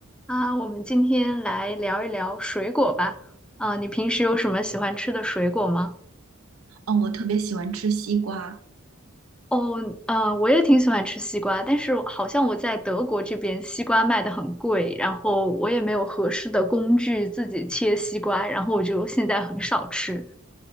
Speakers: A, in the centre; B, on the right.
A: 啊，我们今天来聊一聊水果吧。啊，你平时有什么喜欢吃的水果吗？
B: 哦，我特别喜欢吃西瓜。
A: 哦，嗯，我也挺喜欢吃西瓜，但是好像我在德国这边西瓜卖的很贵，然后我也没有合适的工具自己切西瓜，然后我就现在很少吃。